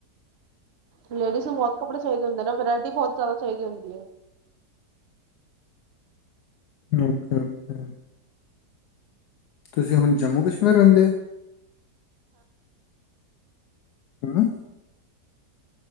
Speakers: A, on the right; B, on the left.
A: ਲੇਡੀਜ਼ ਨੂੰ ਬਹੁਤ ਕੱਪੜੇ ਚਾਹੀਦੇ ਹੁੰਦੇ ਨੇ ਬਰੈਡ ਬਹੁਤ ਜ਼ਿਆਦਾ ਚਾਹੀਦੀ ਹੁੰਦੀ ਐ।
B: ਓਕੇ-ਓਕੇ। ਤੁਸੀਂ ਹੁਣ ਜੰਮੂ-ਕਸ਼ਮੀਰ ਰਹਿੰਦੇ ਹੋ? ਹੂੰ।